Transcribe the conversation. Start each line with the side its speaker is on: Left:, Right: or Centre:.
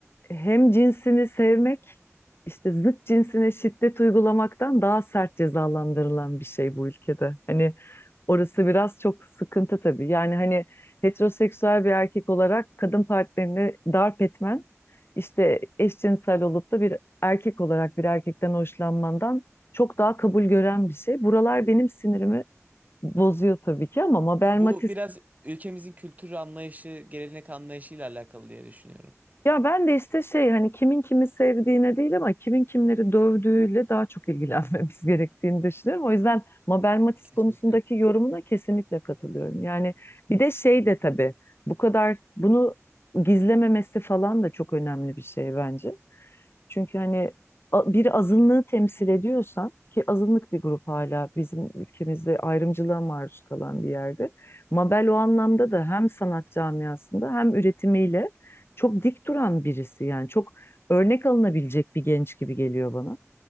Left: hem cinsini sevmek işte zıt cinsine şiddet uygulamaktan daha sert cezalandırılan bir şey bu ülkede. Hani orası biraz çok sıkıntı tabii. Yani hani heteroseksüel bir erkek olarak kadın partnerini darp etmen işte eşcinsel olup da bir erkek olarak bir erkekten hoşlanmandan çok daha kabul gören bir şey. Buralar benim sinirimi bozuyor tabii ki ama Mabel
Right: Bu
Left: Matiz
Right: biraz ülkemizin kültür anlayışı, gelenek anlayışıyla alakalı diye düşünüyorum.
Left: Ya ben de işte şey hani kimin kimi sevdiğine değil ama kimin kimleri dövdüğüyle daha çok ilgilenmemiz <laughs> gerektiğini düşünüyorum. O yüzden Mabel Matiz
Right: Kesinlikle.
Left: konusundaki yorumuna kesinlikle katılıyorum. Yani bir de şey de tabii bu kadar bunu gizlememesi falan da çok önemli bir şey bence. Çünkü hani a- bir azınlığı temsil ediyorsan ki azınlık bir grup hala bizim ülkemizde ayrımcılığa maruz kalan bir yerde. Mabel o anlamda da hem sanat camiasında hem üretimiyle çok dik duran birisi yani çok örnek alınabilecek bir genç gibi geliyor bana.